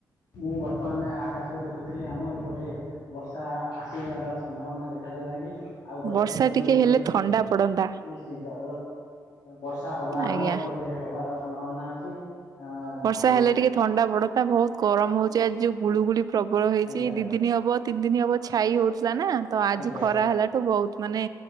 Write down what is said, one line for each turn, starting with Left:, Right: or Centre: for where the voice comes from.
Left: ମୁଁ ବର୍ତ୍ତମାନ ଆକାଶକୁ ଦେଖୁଥିଲି ଆମ ଏଇପଟେ ବର୍ଷା ଆସିବାର ସମ୍ଭାବନା ଦେଖାଦେଲାଣି। ଆଉ ଗଛ
Right: ବର୍ଷା
Left: ପତ୍ର ବି ଟିକେ
Right: ହେଲେ ଥଣ୍ଡା ପଡନ୍ତା
Left: ନିସ୍ ଶ୍ଚିନ୍ତ ବର୍ଷା ହବା ଆମ
Right: ଆଜ୍ଞା
Left: ଏପଟେ ହବାର ସମ୍ଭାବନା ଅଛି। ଅ
Right: ବର୍ଷା
Left: ଆଉ
Right: ହେଲେ ଟିକେ ଥଣ୍ଡା ପଡତା ବହୁତୁ ଗରମ ହଉଚି ଆଜି ଉ ଗୁଳୁଗୁଳି ପ୍ରବଳ ହେଇଚି
Left: ଆଜ୍ଞା
Right: ଦି ଦିନି ହବ ତିନି ଦିନି ହବ ଛାଇ ହଉଥିଲା ନା ତ ଆଜି
Left: ଆଜ୍ଞା
Right: ଖରା ହେଲାଠୁ ବହୁ ମାନେ